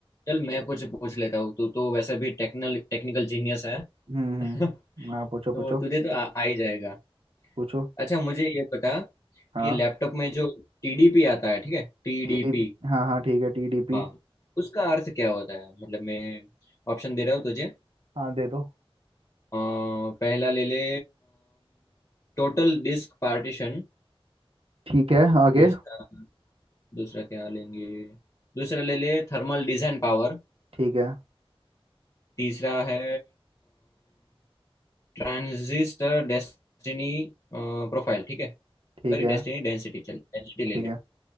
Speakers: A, on the left; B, on the right.
A: चल मैं कुछ पूछ लेता हूँ तू तो वैसे भी टेक्निकल टेक्निकल जीनियस है
B: हम्म
A: <laughs>
B: हम्म हाँ पूछो
A: तो
B: पूछो
A: तुझे तो आ, आ ही जाएगा
B: पूछो
A: अच्छा मुझे ये बता
B: हाँ
A: कि लैपटॉप में जो टीडीपी आता है ठीक है टीडीपी
B: टीडीपी हाँ हाँ ठीक है टीडीपी
A: हाँ उसका अर्थ क्या होता है मतलब मैं ऑप्शन दे रहा हूँ तुझे
B: हाँ दे दो
A: अ, पहला ले ले टोटल डिस्क पार्टीशन
B: ठीक है आगे
A: दूसरा दूसरा क्या लेंगे दूसरा ले ले थर्मल डिजाइन पावर
B: ठीक है
A: तीसरा है ट्रांजिस्टर डेस्टिनी प्रोफाइल ठीक है
B: ठीक
A: सॉरी
B: है
A: डेस्टिनी डेंसिटी चल डेंसिटी ले
B: ठीक
A: ले
B: है